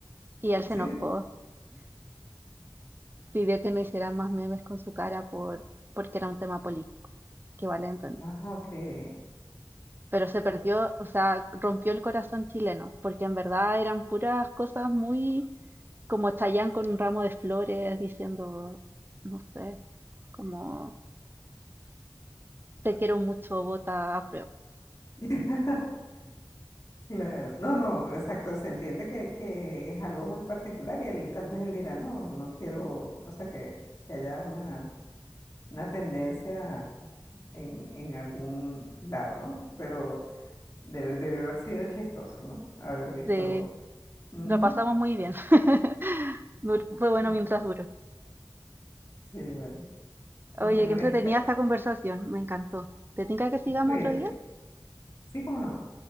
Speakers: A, on the right; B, on the left.
A: y él se
B: Sí,
A: enojó pidió que no hicieran más memes con su cara por, porque era un tema político, que vale entendí.
B: ah, ok.
A: Pero se perdió, o sea, rompió el corazón chileno, porque en verdad eran puras cosas muy como Chayanne con un ramo de flores diciendo, no sé, como te quiero mucho, vota a
B: <laughs> Claro, no, no, exacto, se entiende que, que es algo muy particular y él tal vez él dirá, no, no quiero, o sea, que, que haya una, una tendencia en, en algún lado, ¿no? Pero Debe- debió haber sido chistoso, ¿no? Haber visto.
A: Sí,
B: Ujú,
A: lo pasamos muy bien. <laughs> Dur- Fue bueno
B: Sí,
A: mientras duró.
B: sí, vale. Bueno,
A: Oye, qué entretenida
B: esta,
A: esta conversación, me encantó. ¿Te tinca que sigamos
B: cuídate.
A: otro día?
B: Sí, cómo no.